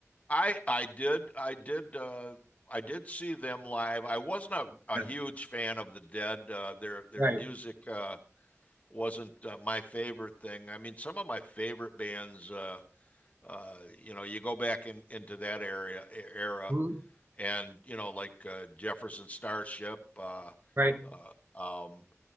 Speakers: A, on the left; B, on the right.
A: I I did I did uh, I did see them live. I wasn't a, a
B: Yeah,
A: huge fan of the Dead. Uh, their their
B: right.
A: music uh, wasn't uh, my favorite thing. I mean, some of my favorite bands. Uh, uh, you know, you go back in into that area e, era,
B: Mhm,
A: and you know, like uh, Jefferson Starship, uh,
B: Right.
A: uh, um,